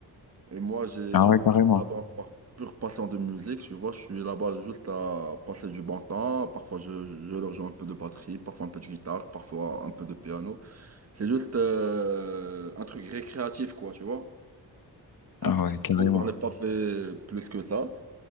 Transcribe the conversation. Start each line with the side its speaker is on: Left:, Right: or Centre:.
Right: Et moi, j'ai
Left: ah
Right: juste
Left: ouais, carrément.
Right: je là-bas par pure passion de musique, tu vois, je suis là-bas juste à passer du bon temps. Parfois, je, je leur joue un peu de batterie, parfois un peu de guitare, parfois un peu de piano. C'est juste euh, un truc récréatif, quoi, tu vois. Après,
Left: Ah ouais,
Right: c'est
Left: carrément.
Right: bon, j'en ai pas fait plus que ça.